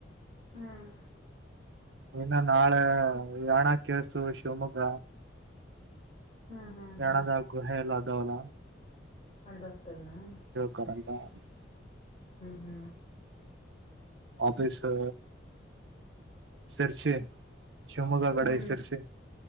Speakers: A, on the left; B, on the right.
A: ಹ್ಮ್
B: ಇನ್ನ ನಾಳೆ ಯಾಣ ಕೇಳಸ್ತೂ ಶಿವಮೊಗ್ಗ
A: ಹ್ಮ್ ಹ್ಮ್
B: ಯಾಣದಾಗ
A: ಹ್ಮ್
B: ಗುಹೆ ಎಲ್ಲ ಅದಾವಲ್ಲ.
A: ಅಂತ ಹೋಗತನಾ <unintelligible>
B: ಕಂತ <unintelligible>
A: ಹ್ಮ್
B: ಆಫೀಸ್ಸೂ ಸೇರಸಿ ಶಿವಮೊಗ್ಗ ಕಡೆ
A: ಹ್ಮ್
B: ಸಿರಸೀ